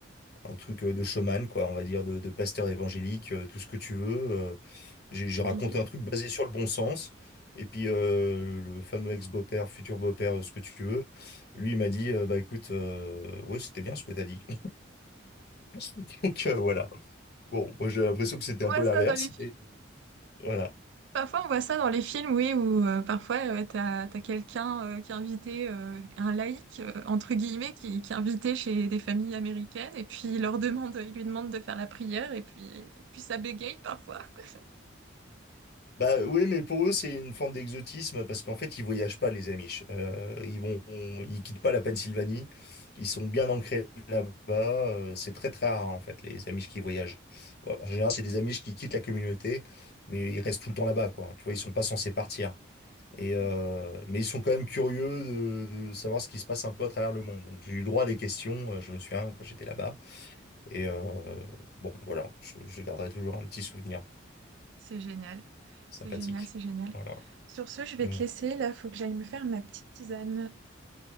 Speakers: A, on the left; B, on the right.
A: un truc de showman, quoi. On va dire de, de pasteur évangélique, euh, tout ce que tu veux. euh. j'ai j'ai
B: on
A: raconté
B: vit ça.
A: un truc basé sur le bon sens. Et puis euh, le fameux ex-beau-père, futur beau-père, euh, ce que tu veux, lui, il m'a dit, euh, bah écoute, euh, ouais, c'était bien ce que t'as dit. <laughs> Donc euh, voilà. Bon, moi, j'ai l'impression que
B: On
A: c'était un
B: voit
A: peu l'inverse.
B: ça dans les films.
A: mais Voilà.
B: Parfois, on voit ça dans les films, oui, où euh, parfois, euh, t'as, t'as quelqu'un euh, qui est invité, euh, un laïc, euh, entre guillemets, qui, qui est invité chez des familles américaines, et puis il leur demande, il lui demande de faire la prière, et puis, et puis ça bégaye parfois, quoi.
A: Bah oui, mais pour eux, c'est une forme d'exotisme parce qu'en fait, ils voyagent pas, les Amish. Euh, ils vont, ils quittent pas la Pennsylvanie. Ils sont bien ancrés là-bas. Euh, c'est très très rare en fait les Amish qui voyagent. Ouais, en général, c'est des Amish qui quittent la communauté, mais ils restent tout le temps là-bas, quoi. Tu vois, ils sont pas censés partir. Et euh,
B: Oui,
A: mais ils sont quand même curieux de, de savoir ce qui se passe un peu à travers le monde. Donc j'ai eu le droit à des questions. euh, Je me souviens quand j'étais là-bas. Et euh, bon, voilà, je, je garderai toujours un petit souvenir
B: c'est génial.
A: sympathique.
B: C'est génial, c'est génial.
A: Voilà.
B: Sur ce, je vais
A: Mm.
B: te laisser, là, faut que j'aille me faire ma petite tisane.